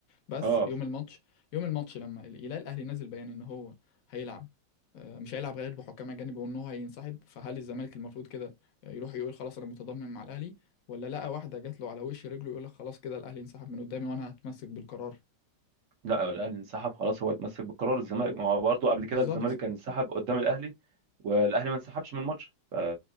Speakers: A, on the left; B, on the right.
A: بس
B: اه
A: يوم
B: ف-
A: الماتش يوم الماتش لما يلاقي الاهلي نازل بيان ان هو هيلعب آه، مش هيلعب غير بحكام اجانب وان هو هينسحب فهل الزمالك المفروض كده آه، يروح يقول خلاص انا متضامن مع الاهلي ولا لقى واحده جات له على وش رجله يقول لك خلاص كده الاهلي انسحب من قدامي وانا هتمسك بالقرار
B: لا الاهلي انسحب خلاص هو اتمسك بقرار الزمالك ما هو برضه قبل كده
A: بالظبط
B: الزمالك كان انسحب قدام الاهلي والاهلي ما انسحبش من الماتش ف